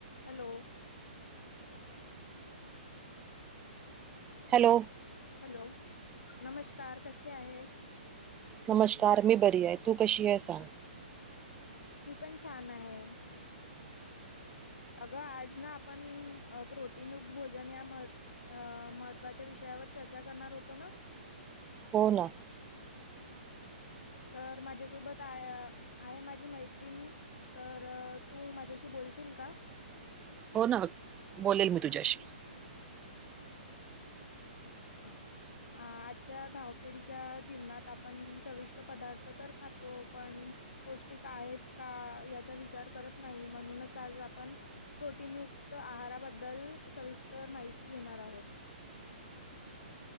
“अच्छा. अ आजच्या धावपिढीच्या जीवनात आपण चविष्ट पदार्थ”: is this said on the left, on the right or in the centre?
Left